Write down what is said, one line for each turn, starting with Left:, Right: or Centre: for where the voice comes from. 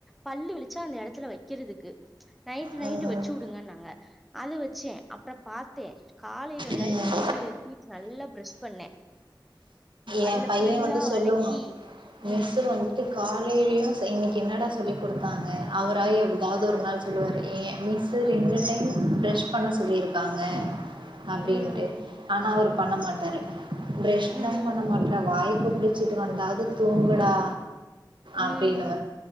Centre: பல்லு வலிச்சா அந்த எடத்துல வைக்கிறதுக்கு நைட்டு
Right: ம்
Centre: நைட்டு வச்சு விடுங்கன்னாங்க அது வச்சேன் அப்பறம் பாத்தே காலையில
Right: ம்
Centre: நைட்டும்
Right: ம்
Centre: டீ டீத் நல்லா ப்ரஷ் பண்ணே பல்ல
Right: ஏன் பையன்
Centre: ஃபுல்லா
Right: வந்து சொல்லுவான்
Centre: வளக்கி
Right: மிஸ்
Centre: ம்
Right: வந்து காலயிலயும் இன்னிக்கு என்னடா சொல்லி் குடுத்தாங்க அவரா ஏதாவது ஒரு நாள் சொல்லுவாரு ஏன் மிஸ் ரெண்டு டைம் ப்ரஷ் பண்ண சொல்லியிருக்காங்க அப்டின்ட்டு
Centre: ம்
Right: ஆனா அவரு பண்ண மாட்டாரு ப்ரஷ்
Centre: ம்
Right: தா வாய் கொப்லிச்சிட்டு வந்தாவது தூங்குடா
Centre: ம்
Right: அப்டின்னுவ